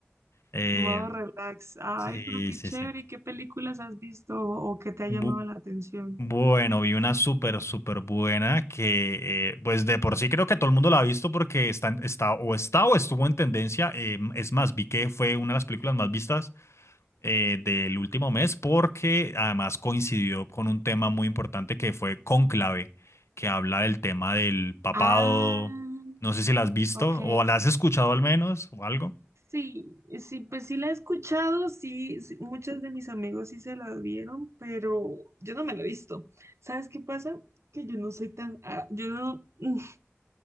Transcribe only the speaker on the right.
Modo relax. Ay,
pero qué
chévere,
¿y qué películas has visto o qué te ha
llamado la atención?
Ah,
ok.
Sí, sí, pues sí la he escuchado, sí, sí, muchos de mis amigos sí se la vieron, pero yo no me la he visto. ¿Sabes qué pasa? Que yo no soy tan, ah, yo no, <laughs>